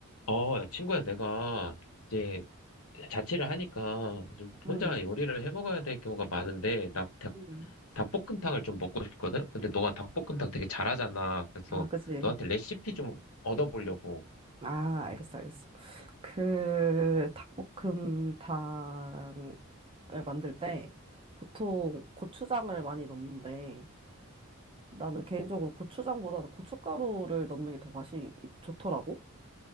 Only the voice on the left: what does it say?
어, 야, 친구야, 내가 이제 자취를 하니까 좀
혼자 요리를 해 먹어야 될 경우가 많은데, 나 닭,
닭볶음탕을 좀 먹고 싶거든? 근데 너가 닭볶음탕 되게 잘하잖아. 그래서
너한테 레시피 좀 얻어보려고.